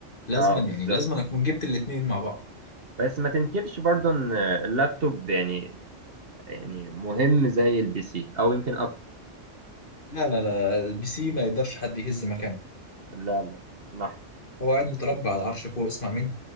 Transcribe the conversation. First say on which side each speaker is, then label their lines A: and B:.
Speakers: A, on the left; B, on the right.
A: لازما
B: اه بالظبط
A: يعني لازما اكون جبت الاتنين مع بعض
B: بس ما تنكرش برضه ان اللابتوب يعني يعني مهم زي البي سي او يمكن اكتر
A: لا لا لا البي سي ما يقدرش حد يهز مكانه
B: لا لا اسمح
A: هو قاعد متربع على العرش فوق اسمع مني